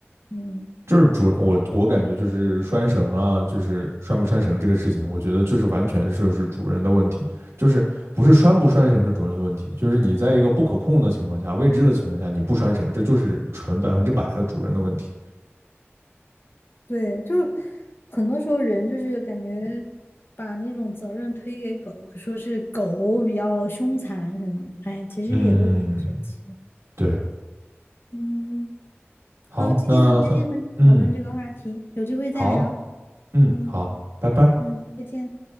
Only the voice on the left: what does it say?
嗯，
对，就很多时候人就是感觉把那种责任推给狗，说是狗比较凶残什么的，哎，其实也都挺神奇，
嗯。
好，今天很开心和你讨论这个话题，
有机会再聊。
嗯
嗯，再见。